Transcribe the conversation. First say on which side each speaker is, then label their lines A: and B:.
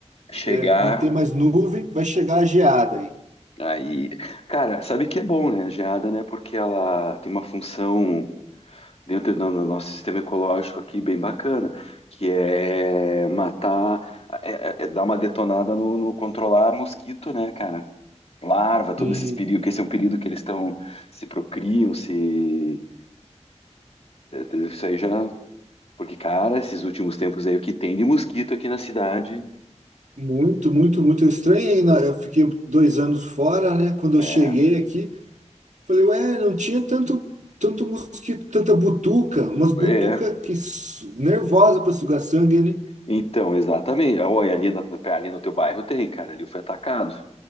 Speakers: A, on the left (about 55°); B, on the right (about 85°).
A: Chegar
B: é, não ter mais nuvem, vai chegar a geada aí.
A: aí. Cara, sabe que é bom, né? A geada, né? Porque ela tem uma função dentro do do nosso sistema ecológico aqui bem bacana, que é matar, é, é- é dar uma detonada no, no controlar mosquito, né, cara? Larva, todo
B: Hum,
A: esse período, que esse é um período que eles estão se procriam, se. Isso aí já. Porque, cara, esses últimos tempos aí, o que tem de mosquito aqui na cidade.
B: muito, muito, muito estranho. aí. Na- Eu fiquei dois anos fora, né? Quando
A: É,
B: eu cheguei aqui Falei, ué, não tinha tanto, tanto mosquito, tanta butuca, umas butuca
A: é.
B: que su- nervosa para sugar sangue, né?
A: Então, exatamente. Olha, ali, na- ali no teu bairro tem, cara. Ali foi atacado.